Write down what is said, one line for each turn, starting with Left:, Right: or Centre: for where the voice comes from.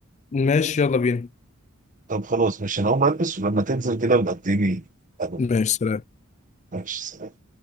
Left: ماشي يلا بينا
Right: طب خلاص ماشي انا هقوم البس ولما تنزل كده بقى اديني ألو.
Left: ماشي سلام
Right: ماشي سلام.